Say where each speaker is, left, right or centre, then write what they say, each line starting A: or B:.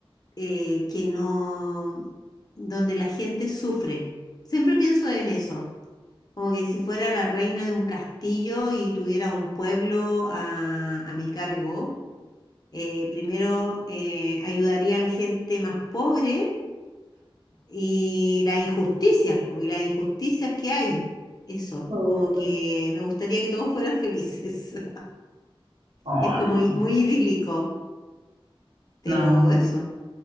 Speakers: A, on the left; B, on the right.
A: eh, que no, donde la gente sufre. Siempre pienso en eso, como que si fuera la reina de un castillo y tuviera un pueblo a, a mi cargo, eh, primero eh, ayudaría a la gente más pobre Y las injusticias, porque las injusticias que hay, eso,
B: Oh,
A: como que me gustaría que todos fueran felices. <laughs>
B: Oh,
A: Es como
B: no,
A: i- muy idílico, pero
B: no.
A: eso.